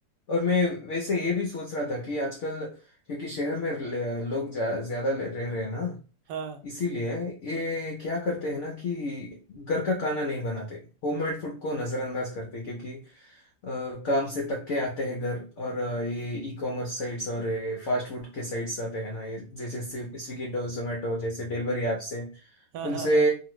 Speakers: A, on the left; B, on the right.
A: और मैं वैसे ये भी सोच रहा था कि आजकल क्योंकि शहर में ल- लोग जा, ज्यादा ले- रह रहे हैं ना
B: हाँ
A: इसीलिए ये क्या करते हैं ना कि घर का खाना नहीं बनाते होममेड फूड को नजरअंदाज करते हैं, क्योंकि अ, काम से थक के आते हैं घर और अ, ये ई कॉमर्स साइट्स और फास्ट फूड के साइट्स आते हैं ना ये जैसे स्विगी और जोमेटो जैसे डिलीवरी ऐप से
B: हाँ
A: उनसे
B: हाँ हाँ